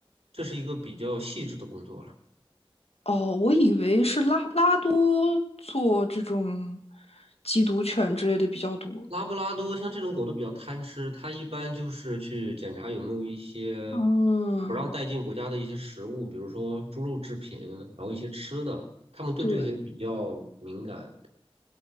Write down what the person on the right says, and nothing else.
这是一个比较细致的工作了。
拉布拉多像这种狗都比较贪吃，它一般就是去检查有没有一些
不让带进国家的一些食物，比如说猪肉制品，然后一些吃的，它们对这些比较敏感。